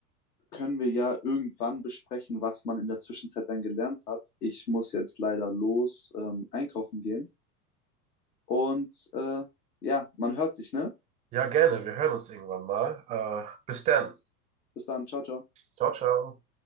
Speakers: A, on the left (about 75°); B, on the right (about 15°).
A: können wir ja irgendwann besprechen, was man in der Zwischenzeit dann gelernt hat. Ich muss jetzt leider los, ähm, einkaufen gehen. Und äh, ja, man hört sich, ne?
B: Ja, gerne. Wir hören uns irgendwann mal. Äh, bis dann.
A: Bis dann, ciao, ciao.
B: Ciao, ciao.